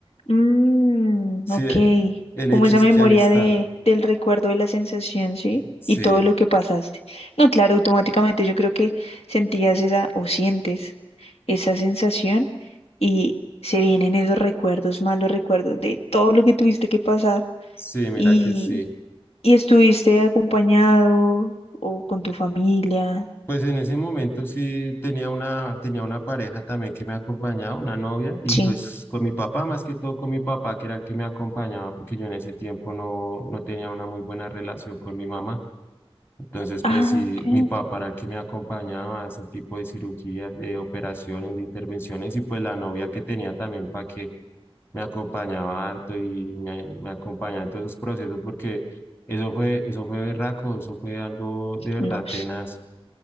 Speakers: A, on the left; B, on the left.
A: Mm,
B: Sí,
A: ok.
B: el
A: Como
B: hecho
A: esa
B: es
A: memoria
B: que ahí está.
A: de, del recuerdo de la sensación, ¿sí?
B: Sí,
A: Y todo lo que pasaste. No, claro, automáticamente yo creo que sentías esa o sientes esa sensación y se vienen esos recuerdos, malos recuerdos de todo lo que tuviste que pasar
B: sí, mira
A: y,
B: que sí.
A: y estuviste acompañado o con tu familia.
B: Pues en ese momento sí tenía una, tenía una pareja también que me acompañaba, una novia, y
A: Sí.
B: pues con mi papá, más que todo con mi papá, que era el que me acompañaba, porque yo en ese tiempo no, no tenía una muy buena relación con mi mamá. Entonces,
A: Ah,
B: pues sí,
A: ok.
B: mi papá era el que me acompañaba a ese tipo de cirugías, de operaciones, de intervenciones, y pues la novia que tenía también para que me acompañaba harto y me, me acompañaba en todos esos procesos, porque eso fue, eso fue berraco, eso fue algo de verdad
A: No,
B: tenaz